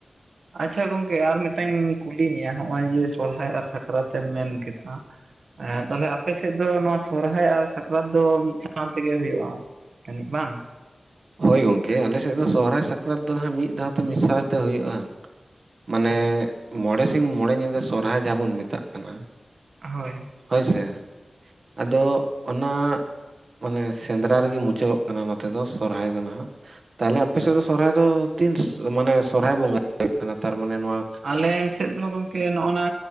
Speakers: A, on the right; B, on the right.
A: ᱟᱪᱪᱷᱟ ᱜᱚᱝᱠᱮ ᱟᱨ ᱢᱤᱫᱴᱟᱝ ᱠᱩᱞᱤ ᱢᱮᱭᱟ ᱱᱚᱜᱼᱚᱭ ᱡᱮ ᱥᱚᱨᱦᱟᱭ ᱟᱨ ᱥᱟᱠᱨᱟᱛ ᱮᱢ ᱢᱮᱱ ᱠᱮᱫᱟ ᱦᱮᱸ ᱛᱟᱞᱦᱮ ᱟᱯᱮ ᱥᱮᱫ ᱫᱚ ᱱᱚᱣᱟ ᱥᱚᱨᱦᱟᱭ ᱟᱨ ᱥᱟᱠᱨᱟᱛ ᱫᱚ ᱢᱤᱫ ᱥᱟᱶ ᱛᱮᱜᱮ ᱦᱩᱭᱩᱜᱼᱟ ᱛᱟᱹᱱᱤᱡ ᱵᱟᱝ
B: ᱦᱳᱭ ᱜᱚᱝᱠᱮ ᱟᱞᱮ ᱥᱮᱫ ᱫᱚ ᱥᱚᱦᱨᱟᱭ ᱥᱟᱠᱨᱟᱛ ᱫᱚ ᱱᱟᱦᱟᱸᱜ ᱢᱤᱫ ᱫᱷᱟᱣ ᱛᱮ ᱢᱮᱥᱟ ᱛᱮ ᱦᱩᱭᱩᱜᱼᱟ ᱢᱟᱱᱮ
A: ᱦᱳᱭ
B: ᱢᱚᱬᱮ ᱥᱤᱧ ᱢᱚᱬᱮ ᱧᱤᱫᱟᱹ ᱥᱚᱨᱦᱟᱭ ᱡᱟᱦᱟᱸ ᱵᱚᱱ ᱢᱮᱛᱟᱜ ᱠᱟᱱᱟ
A: ᱦᱳᱭ
B: ᱦᱳᱭ ᱥᱮ ᱟᱫᱚ ᱚᱱᱟ ᱢᱟᱱᱮ ᱥᱮᱸᱫᱽᱨᱟ ᱨᱮᱜᱮ ᱢᱩᱪᱟᱹᱫᱚᱜ ᱠᱟᱱᱟ ᱱᱚᱛᱮ ᱫᱚ ᱥᱚᱨᱦᱟᱭ ᱫᱚ ᱱᱟᱦᱟᱸᱜ ᱛᱟᱞᱦᱮ ᱟᱯᱮ ᱥᱮᱫ ᱫᱚ ᱥᱚᱨᱦᱟᱭ ᱫᱚ ᱛᱤᱱ ᱢᱟᱱᱮ ᱥᱚᱨᱦᱟᱭ ᱵᱚᱸᱜᱟ ᱦᱩᱭᱩᱜ ᱠᱟᱱᱟ ᱛᱟᱨᱢᱟᱱᱮ ᱱᱚᱣᱟ
A: ᱟᱞᱮ ᱥᱮᱫ ᱫᱚ ᱜᱚᱢᱠᱮ ᱱᱚᱜᱼᱚᱭ ᱱᱟ